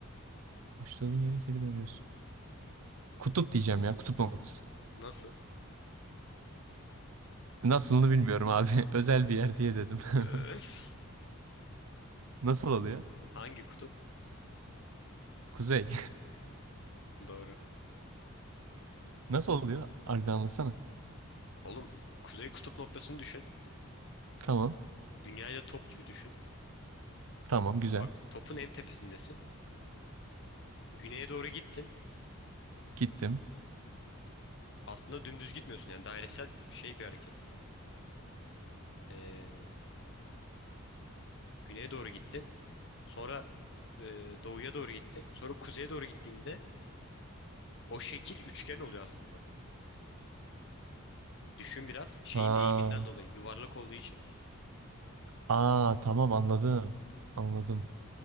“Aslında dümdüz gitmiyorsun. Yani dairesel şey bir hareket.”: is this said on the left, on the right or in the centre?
Left